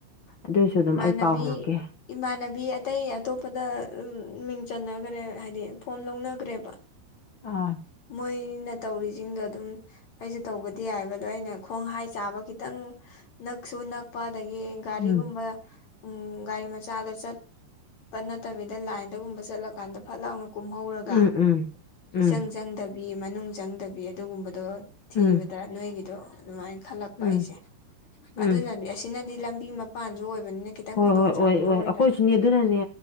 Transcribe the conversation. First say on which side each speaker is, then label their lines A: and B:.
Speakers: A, on the left; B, on the left.
A: ꯑꯗꯨꯏꯁꯨ ꯑꯗꯨꯝ
B: ꯏꯃꯥꯅꯕꯤ
A: ꯑꯩ ꯄꯥꯎ ꯍꯪꯉꯛꯀꯦ
B: ꯏꯃꯥꯟꯅꯕꯤ ꯑꯇꯩ ꯑꯇꯣꯞꯄꯗ ꯃꯤꯡ ꯆꯟꯅꯒꯔꯦ ꯍꯥꯏꯗꯤ ꯐꯣꯝ ꯂꯧꯅꯒꯔ꯭ꯦꯕ
A: ꯑꯥ
B: ꯃꯣꯏꯅ ꯇꯧꯔꯤꯖꯤꯡꯗꯣ ꯑꯗꯨꯝ ꯑꯩꯁꯨ ꯇꯧꯕꯗꯤ ꯌꯥꯏꯌꯦꯕ ꯑꯗꯣ ꯑꯩꯅ ꯈꯣꯡ ꯍꯥꯏ ꯆꯥꯕ ꯈꯤꯇꯪ ꯅꯛꯁꯨ ꯅꯛꯄ ꯑꯗꯒꯤ ꯒꯥꯔꯤꯒꯨꯝꯕ
A: ꯎꯝ
B: ꯎꯝ ꯒꯥꯔꯤ ꯃꯆꯥꯗ ꯆꯠꯄ ꯅꯠꯇꯕꯤꯗ ꯂꯥꯏꯟꯗꯒꯨꯝꯕ ꯆꯠꯂꯀꯥꯟꯗ ꯐꯠ ꯂꯥꯎꯅ ꯀꯨꯝꯍꯧꯔꯒ
A: ꯎꯝ ꯎꯝ ꯎꯝ
B: ꯏꯆꯪ ꯗꯕꯤ ꯃꯅꯨꯡ ꯆꯪꯗꯕꯤ ꯑꯗꯨꯒꯨꯝꯕꯗꯣ ꯊꯤꯕꯗ
A: ꯎꯝ
B: ꯅꯣꯏꯒꯤꯗꯣ ꯑꯗꯨꯃꯥꯏꯅ ꯈꯜꯂꯛꯄ
A: ꯎꯝ
B: ꯑꯩꯖꯦ
A: ꯎꯝ
B: ꯑꯗꯨꯅꯅꯤ ꯑꯁꯤꯅꯗꯤ ꯂꯝꯕꯤ ꯃꯄꯥꯟꯖꯨ ꯑꯣꯏꯕꯅꯤꯅ ꯈꯤꯇꯪ
A: ꯍꯣꯏ
B: ꯈꯨꯗꯣꯡꯆꯥꯥꯕꯗꯣ
A: ꯍꯣꯏ ꯑꯣꯏ ꯑꯣꯏ
B: ꯑꯣꯏꯗꯅ
A: ꯑꯩꯈꯣꯏꯁꯨꯅꯦ ꯑꯗꯨꯅꯅꯦ